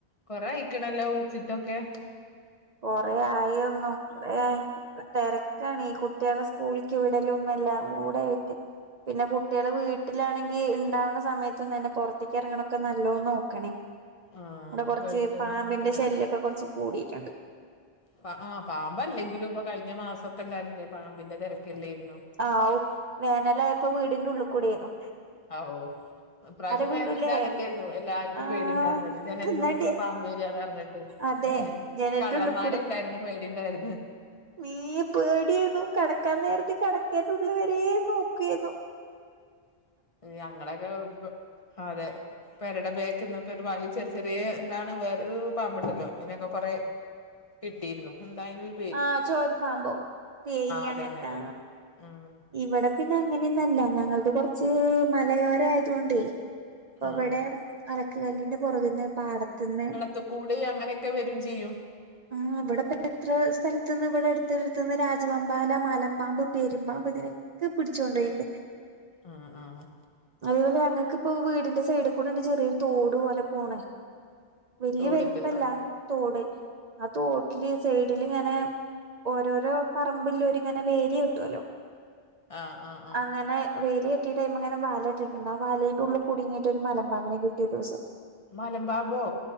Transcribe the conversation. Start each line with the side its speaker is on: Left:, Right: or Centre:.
Left: കൊറെ അയിക്ക്ണല്ലോ വിളിച്ചിട്ടൊക്കെ
Right: കൊറേ ആയെന്നൊ ഇവടെ തെരക്കാണ് ഈ കുട്ട്യേളെ സ്കൂളിക്ക് വിടലും എല്ലാം കൂടായിട്ട് പിന്നെ കുട്ട്യേള് വീട്ടിലാണെ ങ്കി ഇണ്ടാവ്ന്ന സമയത്തും തന്നെ പൊറത്ത്ക്ക് എറ്ങ്ങണൊക്കെ നല്ലോം നോക്കണേ
Left: ആഹ്
Right: ഇവടെ കൊറച്ച്
Left: വഴുക്കലും
Right: പാമ്പിന്റെ
Left: മഴ
Right: ശല്യോക്കെ കൊറച്ച് കൂടീട്ട്ണ്ട്
Left: പാ ആഹ് പാമ്പല്ലെങ്കിലും ഇപ്പൊ കയിഞ്ഞ മാസൊക്കെ ഇണ്ടായിരുന്നില്ലേ പാമ്പിന്റെ തെരക്കല്ലേര്ന്നോ
Right: ആവു വേനലായപ്പോ വീടിന്റെ ഉള്ള് കൂടെന്നു
Left: അ ഓഹ് ഇപ്രാവശ്യം
Right: വീടൂലേ
Left: വേനലില് അതെന്നെരുന്നു എല്ലാർക്കും
Right: ആ
Left: പേടിണ്ടായിര്ന്നത് ജനല്ന്റെ
Right: എന്നാണ്ടി
Left: ഉള്ളിക്കൂടെ പാമ്പേരാണെന്നറഞ്ഞിട്ട്
Right: അതെ
Left: ഏഹ്
Right: ജനലിന്റെ
Left: കള്ളന്മാരെ
Right: ഉള്ളിൽ
Left: എല്ലായിരുന്നോ പേടിണ്ടായിര്ന്ന്
Right: മ്മേ പേടിയേന്നു കെടക്കാൻ നേരത്ത് കെടക്കേന്റുള്ള് വരെ നോക്കെന്നു
Left: ഞങ്ങളൊക്കെ പെ അതെ പെരടെ ബേക്ക്ന്നൊക്കെ ഒര് പഴേ ചെ ചെറ്യേ എന്താണ് വേറൊരു പാമ്പ്ണ്ടല്ലോ അയിനെക്കെ കൊറെ കിട്ടിയിരുന്നു എന്തായിനൊരു
Right: ആഹ് ചോര്പ്പാമ്പോ തേയ്
Left: അതന്നെ
Right: അങ്ങനത്താ
Left: അതന്നെ ഉം
Right: ഇവടെ പിന്ന അങ്ങനെയൊന്നല്ല ഞങ്ങളത് കൊറച്ച് മലയോരായത് കൊണ്ടേ ഇപ്പൊ
Left: ആഹ്
Right: ഇവടെ അലക്ക് കല്ലിന്റെ പൊറക്ന്ന് പാടത്ത്ന്ന്
Left: ക്കെകൂടി അങ്ങനെക്കെ വരും ചെയ്യും
Right: ആഹ് ഇവടെ പേ എത്ര സ്ഥലത്ത്ന്ന് ഇവടെ എട്ത്ത്ട്ത്ത്ന്ന് രാജവമ്പാല മലമ്പാമ്പ് പേരുമ്പാമ്പ് ഇതിനെ ക്കെ പിടിച്ച്ണ്ടോയിണ്ട്
Left: ആഹ് ആഹ്
Right: അതേപോലെ ഞങ്ങക്കിപ്പോ വീടിന്റെ സൈഡിൽ കൂടെണ്ട് ചെറിയൊരു തോട് പോലെ പോണേ വല്യ
Left: തോടുണ്ട്
Right: വലിപ്പല്ല
Left: ആഹ്
Right: തോട് ആഹ് തോട് തോട്ടില് സൈഡിൽ ഇങ്ങനെ ഓരോരോ പറമ്പില്ലോര് ഇങ്ങനെ വേലി കെട്ടോലൊ
Left: ആഹ് ആഹ് ആഹ്
Right: അങ്ങനെ വേലി കെട്ടിയിട്ട് അയ്മെങ്ങനെ വലട്ടിണ്ട് ആഹ് വലെന്റെ ഉള്ള് കുടുങ്ങിട്ട് ഒരു മലമ്പാമ്പിനെ കിട്ടി ഒരീസം
Left: മലമ്പാമ്പോ